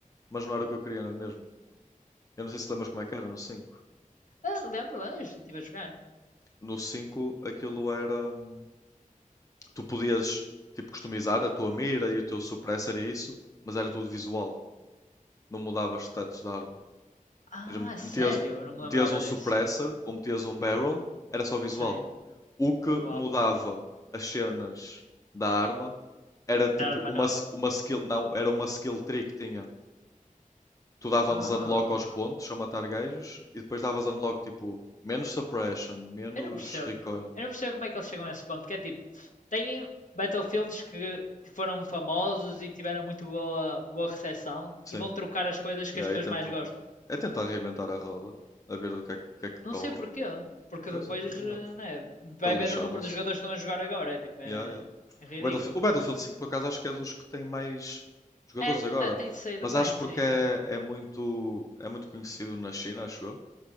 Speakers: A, on the left; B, on the left.
A: mas não era o que eu queria, não é mesmo? Eu não sei se lembras como é que era no cinco.
B: Ah, lembro, lá, eu estive a jogar.
A: No 5 aquilo era. hum, Tu podias tipo customizar a tua mira e o teu suppressor e isso, mas era tudo visual, não mudava os status da arma.
B: Ah,
A: Ou seja,
B: sério?
A: metias,
B: Eu não me
A: metias
B: lembrava
A: um
B: disso.
A: suppressor ou metias um barrel, era só visual.
B: Sim.
A: o que
B: Uau.
A: mudava as cenas da arma era tipo
B: Era arma
A: uma,
B: nova.
A: uma skill. Não, era uma skill tree que tinha. Tu davas
B: Ah.
A: unlock aos pontos a matar gajos e depois davas unlock tipo menos suppression, menos
B: Eu não percebo.
A: recoil.
B: Eu não percebo como é que eles chegam a esse ponto. Que é tipo. Têm Battlefields que foram famosos e tiveram muito boa, boa recepção
A: Sim.
B: e vão trocar as coisas que
A: E
B: as
A: aí
B: pessoas
A: tentam.
B: mais gostam.
A: É tentar reinventar a roda, a ver o que é, que o que é que
B: Não
A: cola.
B: sei porquê. Porque
A: Pois
B: depois
A: eu também não.
B: né, vai
A: Pe- Lixaram-se.
B: ver o número dos jogadores que estão a jogar agora. É tipo. É,
A: Yeah, yeah.
B: é ridículo.
A: O Battlefield, o Battlefield 5, por acaso, acho que é dos que tem mais jogadores
B: É, tem,
A: agora.
B: tem saído
A: Mas
B: bem,
A: acho
B: sim.
A: porque é, é muito, é muito conhecido na China, acho eu.